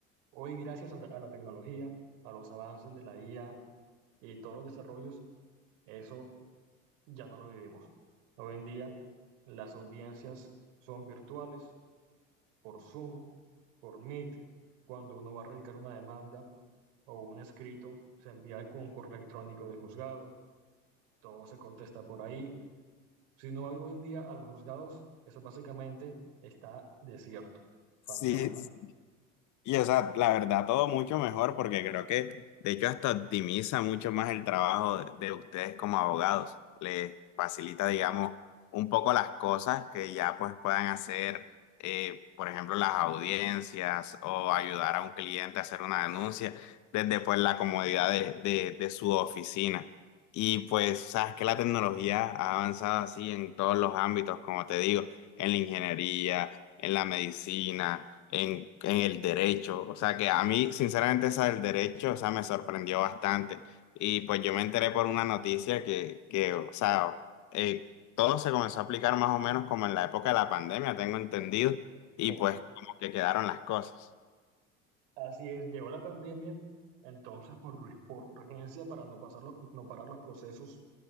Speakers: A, on the right (about 65°); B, on the left (about 45°).
A: Hoy, gracias a la tecnología, a los avances de la IA y todos los desarrollos, eso ya no lo vivimos. Hoy en día, las audiencias son virtuales, por Zoom, por Meet. Cuando uno va a radicar una demanda o un escrito, se envía un correo electrónico del juzgado, todo se contesta por ahí, Si no hay hoy en día a los juzgados, eso básicamente está desierto, fantasma.
B: Sí, Y o sea, la verdad, todo mucho mejor porque creo que de hecho hasta optimiza mucho más el trabajo de, de ustedes como abogados. Les facilita, digamos, un poco las cosas que ya pues puedan hacer, eh, por ejemplo, las audiencias o ayudar a un cliente a hacer una denuncia desde pues la comodidad de, de, de su oficina. Y pues, sabes que la tecnología ha avanzado así en todos los ámbitos, como te digo, en la ingeniería, en la medicina en, en el derecho. O sea que a mí, sinceramente, esa del derecho, o sea, me sorprendió bastante. Y pues yo me enteré por una noticia que, que o sea, eh, todo se comenzó a aplicar más o menos como en la época de la pandemia, tengo entendido,
A: Correcto.
B: y
A: correcto.
B: pues como que quedaron las cosas.
A: Así es, llegó la pandemia, entonces por, por urgencia, para no, pasarlo, no parar los procesos,